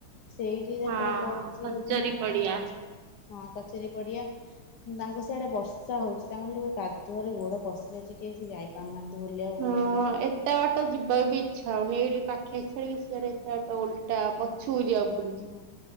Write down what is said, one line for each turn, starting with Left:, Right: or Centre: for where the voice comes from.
Left: ସେଇଠି ତାଙ୍କର
Right: ହଁ
Left: ପଡିିଛି
Right: କଚେରୀ
Left: ବୋଧେ ନା କଣ
Right: ପଡିଆ।
Left: ରଜ? ହଁ କଚେରୀ ପଡିଆ ତାଙ୍କୁ ସିଆଡେ ବର୍ଷା ହଉଚି ତାଙ୍କ ସେଥି କାଦ୍ କାଦୁଅ ରେ ଗୋଡ ପସିଯାଉଚି କେହି ବି ଯାଇ ପାରୁନାହାନ୍ତି। ବୁଲିବାକୁ ଭଲ
Right: ହୁଁ
Left: ଟ୍ରେନ।
Right: ଏତେ ବାଟ ଯିବାକୁ ବି ଇଚ୍ଛା ହଉନି ଏ ଯିଏ ପାଖିଆ ଛାଡ଼ିକି ଶିଆଡେ ଏତେ ବାଟ ଓଲଟା ପଚ୍। ଛୁରିଆ ପୁରୁଚି।
Left: ହୁଁ